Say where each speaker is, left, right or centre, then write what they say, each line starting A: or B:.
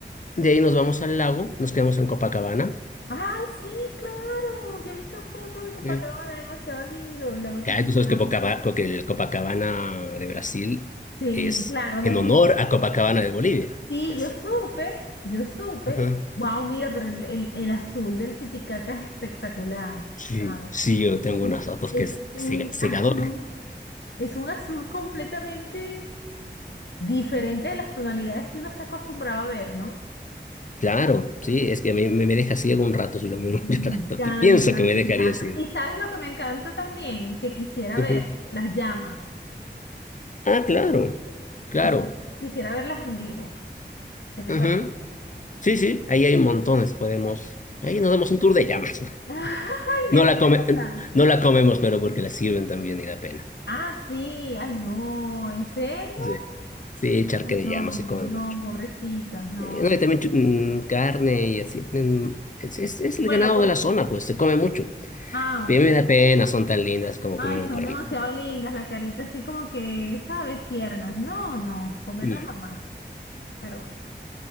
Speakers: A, on the left; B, on the left.
A: De ahí nos vamos al lago, nos quedamos en Copacabana.
B: Ay, sí, claro. Ya he visto fotos de Copacabana,
A: Mm.
B: demasiado lindo. El lago
A: Acá
B: Titicaca.
A: tú sabes que, Pocaba- que el Copacabana de Brasil
B: Sí,
A: es
B: claro, desde
A: en honor a Copacabana de Bolivia.
B: Sí,
A: Es.
B: yo supe, yo supe.
A: Ajá.
B: Wow, mira, pero el, el- el azul del Titicaca es espectacular,
A: Sí,
B: ¿sabes?
A: sí, yo tengo
B: Es,
A: unas fotos
B: es
A: que es
B: un
A: cega- cegador.
B: azul, es un azul completamente diferente de las tonalidades que uno está acostumbrado a ver, ¿no?
A: Claro, sí, es que me, me me deja ciego un rato si lo miro
B: Me
A: <laughs> mucho
B: encanta,
A: rato. Pi- Pienso que
B: me
A: me dejaría
B: encanta.
A: ciego.
B: ¿Y sabes lo que me encanta también? Que quisiera
A: Ujú.
B: ver las llamas.
A: Ah, claro, claro.
B: Quis- quisiera verlas en vivo. ¿Qué te
A: Ajá.
B: parece?
A: Sí, sí, ahí hay montones, podemos. Ahí nos damos un tour de llamas.
B: <laughs> ¡Ay, me
A: No
B: encanta!
A: la come, no la comemos, pero porque la sirven también y da pena.
B: Ah, sí, ay no, ¿en serio?
A: Sí, sí, charque
B: Ay, no,
A: de llama se come
B: no,
A: mucho.
B: pobrecitas, no.
A: Eh, no,
B: no.
A: y también chu- mm, carne y así. Mm, es, es, es
B: Bueno,
A: el ganado
B: por...
A: de la zona, pues se come mucho.
B: Ah,
A: Pero
B: ok.
A: me da pena, son tan lindas como
B: Ay,
A: comer
B: son
A: un perrito.
B: demasiado lindas, la carita así como que, ¿sabes? Tiernas. No, no, comerlas
A: Mm,
B: jamás. Pero bueno.